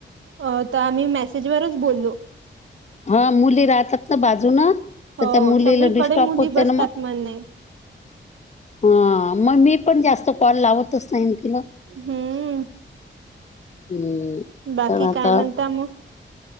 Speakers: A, on the right (about 80°); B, on the left (about 35°).
A: अ तर आम्ही मेसेजवरच बोललो
B: हा मुली राहतात ना बाजून ना
A: हो
B: तर त्या मुलीला
A: सगळीकडे
B: डिस्टॉप
A: मुली
B: होते
A: बसतात
B: ना मग
A: म्हणे
B: हा मग मी पण जास्त कॉल लावतच नाहीन तिला
A: हम्म.
B: हम्म
A: बाकी
B: तर आता
A: <inaudible>